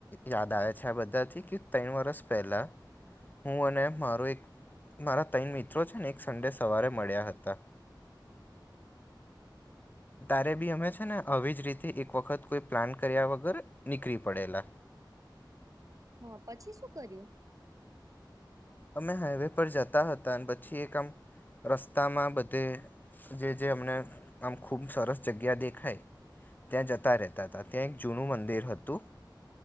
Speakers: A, on the left; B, on the right.
A: યાદ આવે છે આ બધાથી કે ત્રણ વરસ પહેલાં હું અને મારો એક મારા ત્રણ મિત્રો છે ને એક સંડે સવારે મળ્યા હતા તારે બી અમે છે ને આવી જ રીતે એક વખત કોઈ પ્લાન કર્યા વગર નીકળી પડેલા
B: હા પછી શું કર્યું
A: અમે હાઈવે પર જતા હતા અને પછી એક આમ રસ્તામાં બધે જે જે અમને આમ ખૂબ સરસ જગ્યા દેખાય ત્યાં જતા રહેતા હતા ત્યાં એક જૂનું મંદિર હતું